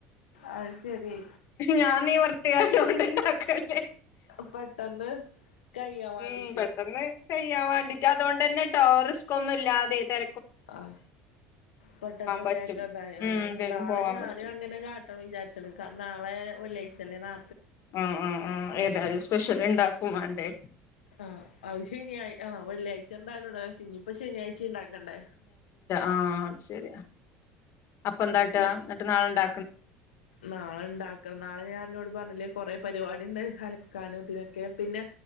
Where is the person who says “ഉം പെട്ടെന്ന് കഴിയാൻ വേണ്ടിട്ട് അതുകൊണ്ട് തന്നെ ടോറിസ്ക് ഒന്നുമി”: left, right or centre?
Left